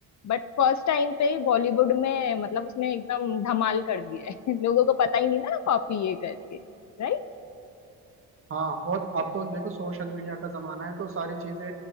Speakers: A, on the left; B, on the right.
A: बट फर्स्ट टाइम पे ही बॉलीवुड में मतलब उसने एकदम धमाल कर दिया है <laughs> लोगों को पता ही नहीं था ना कॉपी ये करके राइट
B: हाँ और अब तो देखो सोशल मीडिया का जमाना है तो सारी चीजें